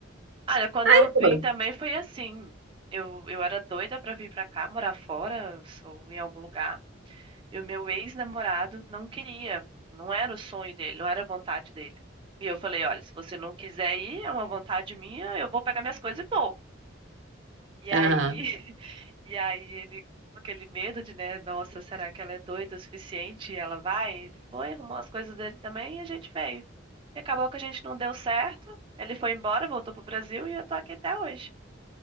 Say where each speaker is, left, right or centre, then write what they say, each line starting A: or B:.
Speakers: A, on the right; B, on the right.
A: Olha, quando
B: Aí
A: eu
B: Foram.
A: vim também foi assim. Eu, eu era doida pra vir pra cá, morar fora, ou em algum lugar. E o meu ex-namorado não queria. Não era o sonho dele, não era a vontade dele. E eu falei, olha, se você não quiser ir, é uma vontade minha, eu vou pegar minhas coisas e vou. E aí,
B: Aham.
A: <laughs> e aí ele, com aquele medo de, né, nossa, será que ela é doida o suficiente e ela vai? Ele foi, arrumou as coisas dele também e a gente veio. E acabou que a gente não deu certo. Ele foi embora, voltou pro Brasil e eu tô aqui até hoje.